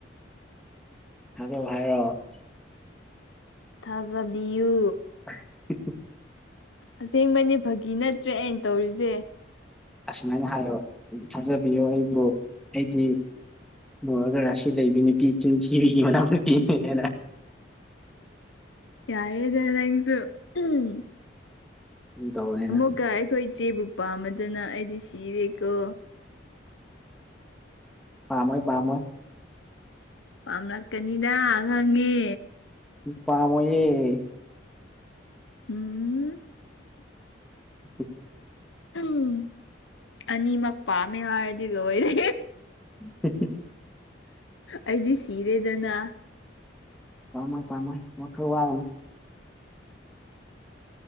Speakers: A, in the centre; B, on the left.
A: ꯍꯗꯣ ꯍꯥꯏꯔꯣ
B: ꯊꯥꯖꯕꯤꯌꯨ
A: ꯍꯤ ꯍꯝ
B: ꯑꯁꯦꯡꯕꯅꯦ ꯐꯥꯒꯤ ꯅꯠꯇ꯭ꯔꯦ ꯑꯩꯅ ꯇꯧꯔꯤꯁꯦ
A: ꯑꯁꯨꯃꯥꯏꯅ ꯍꯥꯏꯌꯣ ꯊꯥꯖꯕꯤꯌꯣ ꯑꯩꯕꯨ ꯑꯩꯗꯤ ꯃꯨꯔꯒ ꯔꯥꯁꯤ ꯂꯩꯕꯤ ꯅꯨꯄꯤ ꯏ ꯆꯤꯟꯊꯤꯕꯤꯒꯤ ꯃꯅꯥꯛꯇ ꯀꯤꯅꯤꯅꯦꯅ
B: ꯌꯥꯔꯦꯗ ꯅꯪꯁꯨ ꯎꯝ
A: ꯐꯥꯒꯤ ꯇꯧꯕꯅꯤꯗ
B: ꯑꯃꯨꯛꯀ ꯑꯩꯈꯣꯏ ꯏꯆꯦꯕꯨ ꯄꯥꯝꯃꯗꯅ ꯑꯩꯗꯤ ꯁꯤꯔꯦꯀꯣ
A: ꯄ ꯃꯣꯏ ꯄ ꯃꯣꯏ
B: ꯄꯥꯝꯂꯛꯀꯅꯤꯗ ꯈꯪꯉꯦ
A: ꯄꯥꯃꯦ
B: ꯎꯝ
A: ꯎ m LLB LLM lm LLB and
B: ꯎꯝ ꯑꯅꯤꯃꯛ ꯄꯥꯝꯃꯦ ꯍꯥꯏꯔꯗꯤ ꯂꯣꯏꯔꯦ
A: ꯁꯁꯦ
B: ꯑꯩꯗꯤ ꯁꯤꯔꯦꯗꯅ
A: ꯄꯃꯥꯏ ꯄꯥꯃ ꯃ ꯊ ꯋꯥ